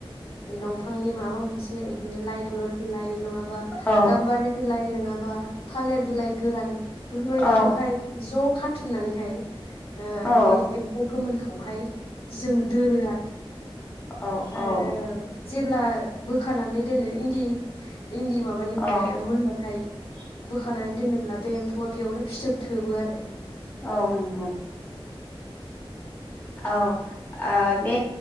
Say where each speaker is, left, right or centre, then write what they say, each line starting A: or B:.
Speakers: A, on the left (about 75°); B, on the left (about 20°).
A: दंफांनि माबा मोनसे बिदिनो लाइ दलर बिलाइ नङाबा
B: औ
A: गाम्बारि बिलाइ नङाबा थालिर बिलाइ गोरान बेफोरबायदिखौहाय
B: औ
A: ज' खा थुमनानैहाय ओ
B: औ
A: बे एम्फौ गोमोनखौ खौहाय जों दोनो आरो,
B: औ
A: आरो
B: औ
A: जेब्ला बोखानानै दोनो इन्दि इन्दि माबानिफ्राय
B: औ
A: मोनबाथाय बोखानानै दोनोब्ला बे एम्फौआ बेयावनो फिथोब थोबो आरो।
B: औ नंगौ। औ ओ बे